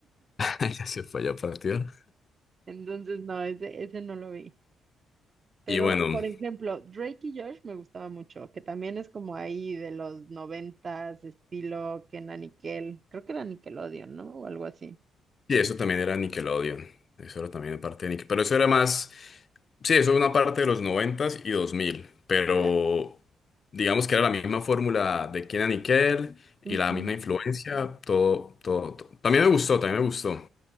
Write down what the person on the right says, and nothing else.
entonces no, ese, ese no lo vi. Pero,
por ejemplo, Drake y Josh me gustaba mucho, que también es como ahí de los noventas, estilo que era Nickel, creo que era Nickelodeon, ¿no? O algo así.
Ya.
Ujú.